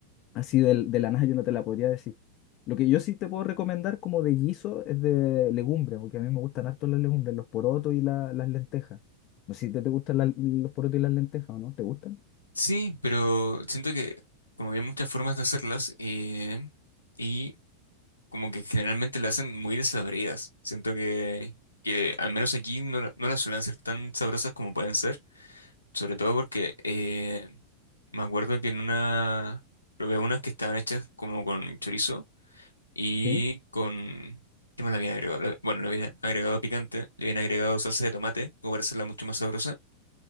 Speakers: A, on the left; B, on the left.
A: Así de, de la nada yo no te la podría decir. Lo que yo sí te puedo recomendar como de guiso es de legumbres, porque a mí me gustan harto las legumbres, los porotos y la- las lentejas. No sé si te, te gustan la- los porotos y las lentejas o no, ¿te gustan?
B: Sí, pero siento que como que hay muchas formas de hacerlas eh, y como que generalmente las hacen muy desabridas. Siento que, que al menos aquí no, la- no las suelen ser tan sabrosas como pueden ser, sobre todo porque eh, me acuerdo que en una probé unas que estaban hechas como con chorizo y
A: Sí.
B: con... ¿Qué me la habían agregado? Le- Bueno, le habían agregado picante, le habían agregado salsa de tomate, como para hacerla mucho más sabrosa.